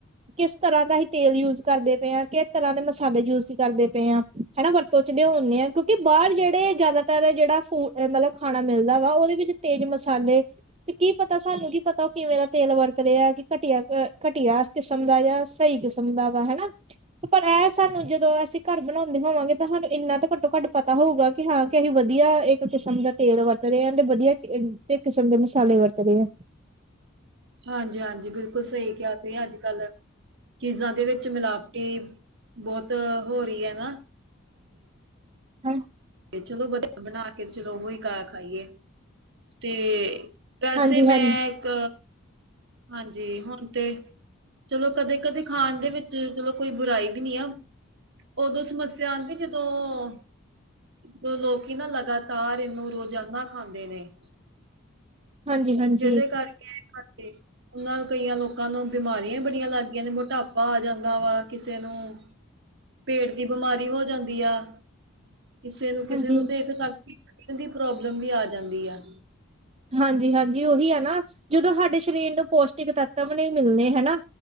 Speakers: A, on the right (about 30°); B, on the right (about 60°).
A: ਕਿਸ ਤਰ੍ਹਾਂ ਦਾ ਹੀ ਤੇਲ ਯੂਜ ਕਰਦੇ ਪਏ ਹਾਂ ਕਿਸ ਤਰ੍ਹਾਂ ਮਸਾਲੇ ਯੂਜ ਹੀ ਕਰਦੇ ਪਏ ਆ ਹਨਾ, ਵਰਤੋਂ ਚ ਲਿਓਨੇ ਆ ਕਿਉਂਕਿ ਬਾਹਰ ਜਿਹੜੇ ਜ਼ਿਆਦਾ ਜਿਹੜਾ ਫੂਡ ਮਤਲਬ ਖਾਣਾ ਮਿਲਦਾ, ਵਾ ਉਹਦੇ ਵਿੱਚ ਤੇਜ ਮਸਾਲੇ ਤੇ ਕੀ ਪਤਾ ਸਾਨੂੰ ਕੀ ਪਤਾ। ਕਿਵੇਂ ਦਾ ਤੇਲ ਵਰਤ ਰਿਹਾ, ਕਿ ਘਟੀਆ ਘਟੀਆ ਕਿਸਮ ਦਾ ਜਾਂ ਸਹੀ ਕਿਸਮ ਦਾ ਵਾ ਹਨਾ। ਪਰ ਇਹ ਸਾਨੂੰ ਜਦੋਂ ਅਸੀਂ ਘਰ ਬਣਾਦੇ ਹੋਵਾਂਗੇ, ਤਾਂ ਸਾਨੂੰ ਇੰਨਾ ਤਾਂ ਘੱਟੋ-ਘੱਟ ਪਤਾ ਹੋਊਗਾ ਕਿ ਹਾਂ। ਵਧੀਆ ਇੱਕ ਕਿਸਮ ਦਾ ਤੇਲ ਵਰਤ ਰਹੇ ਆ, ਤੇ ਵਧੀਆ ਇੱਕ ਕਿਸਮ ਦੇ ਮਸਾਲੇ ਵਰਤ ਰਹੇ ਆ।
B: ਹਾਂਜੀ-ਹਾਂਜੀ, ਬਿਲਕੁਲ ਸਹੀ ਕਿਹਾ ਤੁਸੀਂ ਅੱਜ-ਕੱਲ, ਚੀਜ਼ਾਂ ਦੇ ਵਿੱਚ ਮਿਲਾਵਟ ਵੀ ਬਹੁਤ ਹੋ ਰਹੀ ਹੈ ਨਾ।
A: ਹੂੰ,
B: ਤੇ ਚਲੋ ਬ ਬਣਾ ਕੇ ਚਲੋ ਉਹੀ ਖ ਖਾਈਏ ਤੇ, ਵੈਸੇ
A: ਹਾਂਜੀ
B: ਮੈਂ
A: ਹਾਂਜੀ
B: ਇੱਕ ਹਾਂਜੀ ਹੁਣ ਤੇ, ਚਲੋ ਕਦੇ-ਕਦੇ ਖਾਣ ਦੇ ਵਿੱਚ ਚਲੋ ਕੋਈ ਬੁਰਾਈ ਵੀ ਨੀ ਆ। ਉਦੋਂ ਸਮੱਸਿਆ ਆਦੀ ਜਦੋਂ ਤੋਂ ਲੋਕੀ ਨਾ ਲਗਾਤਾਰ ਇਹਨੂੰ ਰੋਜ਼ ਜਨਾ ਖਾਂਦੇ ਨੇ
A: ਹਾਂਜੀ ਹਾਂਜੀ
B: ਜਿਹਦੇ ਕਰਕੇ, ਉਹਨਾਂ ਕਈਆਂ ਲੋਕਾਂ ਨੂੰ ਬਿਮਾਰੀਆਂ ਵੀ ਬੜੀਆਂ ਲੱਗ ਗਈਆਂ, ਨੇ ਮੋਟਾਪਾ ਆ ਜਾਂਦਾ ਵਾ ਕਿਸੇ ਨੂੰ ਪੇਟ ਦੀ ਬਿਮਾਰੀ ਹੋ ਜਾਂਦੀ ਆ। ਕਿਸੇ ਨੂੰ ਕਿਸੇ
A: ਹਾਂਜੀ
B: ਨੂੰ ਤੇ ਇਥੇ ਤਕ <unintelligible> ਦੀ ਪ੍ਰੋਬਲਮ ਵੀ ਆ ਜਾਂਦੀ ਆ।
A: ਹਾਂਜੀ-ਹਾਂਜੀ, ਜ ਉਹੀ ਹੈ ਨਾ, ਜਦੋਂ ਸਾਡੇ ਸਰੀਰ ਨੂੰ ਪੌਸ਼ਟਿਕ ਤੱਤਵ ਨਹੀਂ ਮਿਲਣੇ ਹੈਨਾ